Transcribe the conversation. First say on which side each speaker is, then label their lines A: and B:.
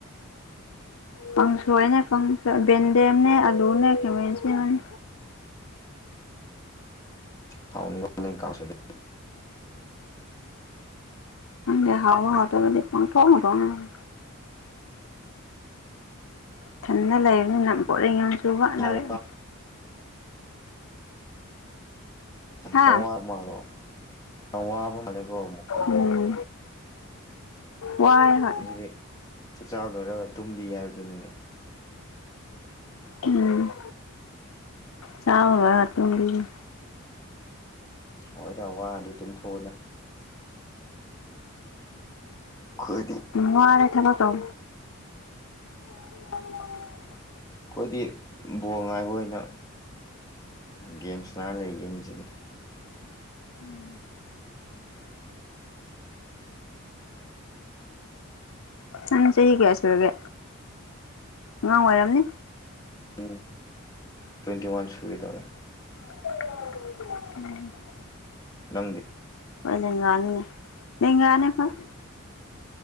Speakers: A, on the left; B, on the left.
A: ꯀꯪꯁꯣꯏꯅꯦ ꯀꯪꯁꯣꯏ ꯌꯦꯟꯗꯦꯝꯅꯦ ꯑꯂꯨꯅꯦ ꯈꯥꯃꯦꯟ ꯑꯁꯤꯟꯕꯅꯦ꯫
B: <unintelligible> ꯀꯪꯁꯣꯢꯗꯣ
A: ꯈꯪꯗꯦ ꯍꯥꯎꯕ ꯍꯥꯎꯇꯥꯕꯗꯤ ꯄꯪꯊꯣꯡ ꯊꯣꯡꯉꯦ ꯢꯊꯟꯅ ꯂꯩꯕꯅꯤꯅ ꯄꯣꯔꯤꯡ ꯌꯥꯝꯆꯨꯕ ꯑꯗꯨꯒꯤ
B: ꯌꯥꯝ
A: ꯍꯥ
B: ꯅꯋꯥꯕ ꯃꯥꯜꯂꯣ <unintelligible> ꯅꯋꯥꯕ ꯃꯥꯜꯂꯦꯀꯣ <unintelligible> ꯑꯃꯨꯛ ꯈꯣꯕꯤ꯫
A: ꯎꯝ ꯋꯥꯏ ꯍꯣꯏ
B: ꯉꯁꯤꯗꯤ ꯆꯥꯛꯆꯥꯥ ꯂꯣꯢꯔꯒ ꯇꯨꯝꯕꯤ ꯍꯥꯏꯕꯗꯨꯅꯤꯅꯦ꯫
A: ꯎꯝ꯫ ꯆꯥꯕ ꯂꯣꯢꯔ ꯇꯨꯝꯗꯨꯢꯅꯦ
B: ꯍꯣꯏꯗ ꯋꯥꯔꯗꯤ ꯇꯨꯝꯊꯣꯛꯑꯣꯗ ꯑꯈꯣꯢꯗꯤ__
A: ꯋꯥꯔꯦ ꯊꯕꯛ ꯇꯧ <inaudible>
B: ꯛꯩꯈꯣꯏꯗꯤ ꯕꯣꯜ ꯉꯥꯏꯕ ꯑꯣꯏꯅ__ ꯒꯦꯝ ꯁꯅꯥꯔꯒ ꯂꯩꯒꯦ ꯉꯁꯤꯗꯤ꯫
A: <inaudible> ꯅꯪ ꯆꯍꯤ ꯀꯦꯌꯥ ꯁꯨꯔꯒꯦ ꯑꯉꯥꯡ ꯑꯣꯏꯔꯝꯅꯤ꯫
B: ꯎꯝ ꯇ꯭ꯋꯦꯟꯇꯤ ꯋꯥꯟ ꯁꯨꯒꯦ ꯗꯧꯔꯦ꯫
A: <inaudible>
B: ꯅꯪꯗꯤ꯫
A: ꯑꯩꯗꯤ ꯑꯉꯥꯡꯅꯤꯅꯦ ꯂꯦꯡꯒꯅꯤ ꯑꯩꯈꯣꯢ